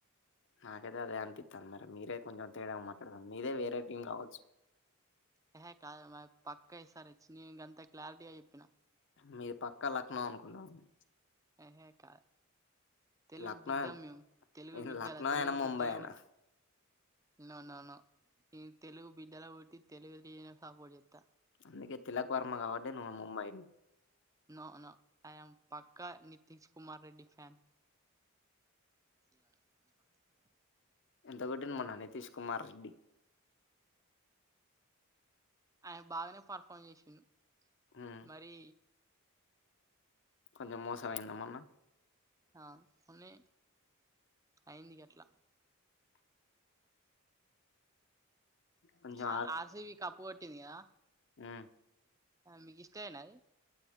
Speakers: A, on the left; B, on the right.
A: నాకైతే అదే అనిపిస్తుంది మరి మీరే కొంచెం తేడా మాట్లాడత మీదే వేరే టీం కావచ్చు
B: హహే కాద మ పక్క వేస్తారు వచ్చి నేను ఇంకంత క్లారిటీగా చెప్పిన
A: మీరు పక్కా లక్నో అనుకుంటామడి
B: హకా తెలుగు
A: లక్నో
B: బద మేము తెలుగు
A: నేను
B: విద్యాల
A: లక్నో
B: తెలుగు
A: అయినా ముంబై
B: విద్యాల
A: అయినా
B: కొట్టి ననన న తెలుగు బిడ్డలా పెట్టి తెలుగు సపోర్ట్ చెస్తా
A: అందుకే తిలక్ వర్మ కాబట్టి నువ్వు ముంబై
B: నో నో ఇయామ్మ్ పాక్క నితష కుమార్ రెడ్డి ఫ్యాన్ ఇ అ ప ప
A: ఎంత పెటిన మొ నా నితీష్ కుమార్ రెడ్డి
B: ఆయన బాగానే పర్ఫార్మ్ చేసిండు
A: ఉమ్
B: మరి
A: కొంచం మోసం అయ్యిందా మొన్న
B: ఆ మొన్నే ఐంది గట్ల
A: కొంచెం
B: ఆ ఆర్సీవి కప్పు కొట్టింది కదా
A: ఆ
B: ఆ మీకి తీసాకపోయిండా అది